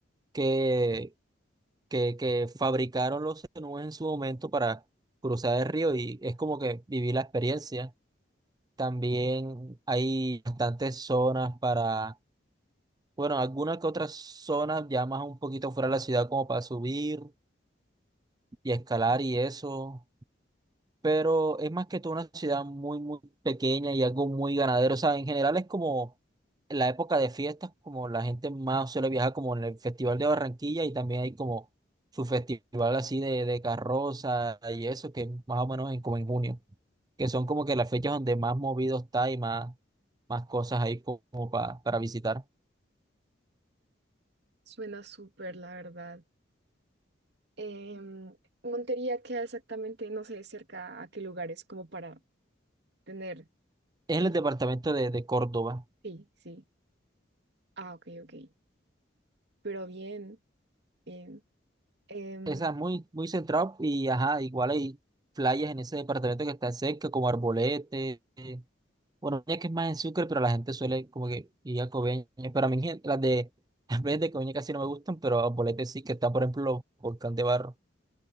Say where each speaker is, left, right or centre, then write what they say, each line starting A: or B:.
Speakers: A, on the right; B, on the right.
A: que, que, que fabricaron los zenúes en su momento para cruzar el río y es como que viví la experiencia. También hay bastantes zonas para bueno, algunas que otras zonas ya más un poquito fuera de la ciudad como para subir y escalar y eso, pero es más que todo una ciudad muy, muy pequeña y algo muy ganadero. O sea, en general es como la época de fiestas, como la gente más suele viajar como en el Festival de Barranquilla y también hay como su festival así de, de carroza y eso, que es más o menos en, como en junio, que son como que las fechas donde más movido está y más, más cosas ahí como, para, para visitar.
B: Suena súper, la verdad. Em, Montería queda exactamente, no sé, cerca a qué lugares, como para tener
A: Es
B: en...
A: en el departamento de de Córdoba.
B: Sí, sí. Ah, ok, ok. Pero bien, bien. Em,
A: Esa es muy, muy central y ajá, igual hay playas en ese departamento que está cerca, como Arbolete. eh, Bueno, ya que es más en Sucre, pero la gente suele como que ir a Coveñas. Pero a mí gen- las de, <laughs> las playas de Coveñas casi no me gustan, pero Arbolete sí, que está, por ejemplo, Volcán de Barro.